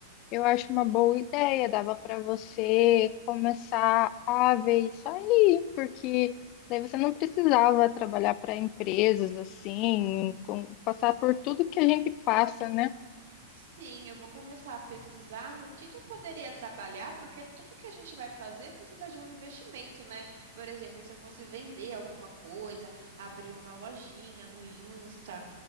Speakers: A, on the left (about 45°); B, on the right (about 75°).
A: Eu acho uma boa ideia, dava para você começar a ver isso aí, porque daí você não precisava trabalhar para empresas assim, com- passar por tudo que a gente passa, né?
B: Sim, eu vou começar a pesquisar no que que eu poderia trabalhar, porque tudo que a gente vai fazer precisa de um investimento, né? Por exemplo, se eu fosse vender alguma coisa, abrir uma lojinha no Insta,